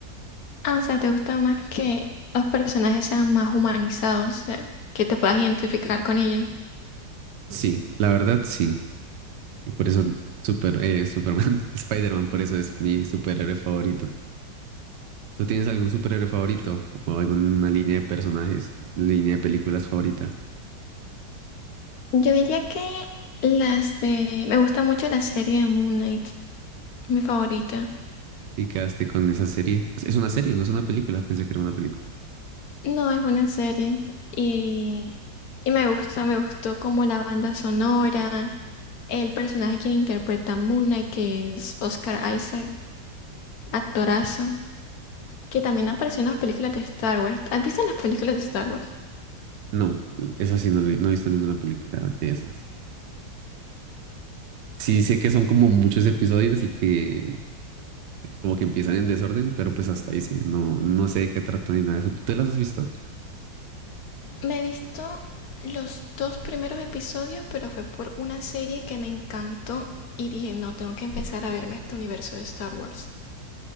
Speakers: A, on the left (about 60°); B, on the right (about 75°).
A: Ah, o sea, ¿te gusta más que los personajes sean más humanizados, eh, que te puedas identificar con ellos?
B: Sí, la verdad, sí. Y por eso super, eh, Superman, <laughs> Spider-Man, por eso es mi superhéroe favorito. ¿Tú tienes algún superhéroe favorito o alguna línea de personajes, línea de películas favorita?
A: Yo diría que las de... Me gusta mucho la serie de Moon Knight, mi favorita.
B: Y quedaste con esa serie. Es una serie, no es una película. Pensé que era una película.
A: No es una serie y, y me gusta, me gustó como la banda sonora, el personaje que interpreta a Moon Knight, que es Oscar Isaac, actorazo. que también apareció en las películas de Star Wars. ¿Has visto las películas de Star Wars?
B: No, esa sí no, lo- he- no he visto ninguna película de esas. Sí sé que son como muchos episodios y que como que empiezan en desorden, pero pues hasta ahí sí, no, no sé de qué trata ni nada de eso. ¿Tú te las has visto?
A: Me he visto los dos primeros episodios, pero fue por una serie que me encantó y dije, no, tengo que empezar a verme este universo de Star Wars.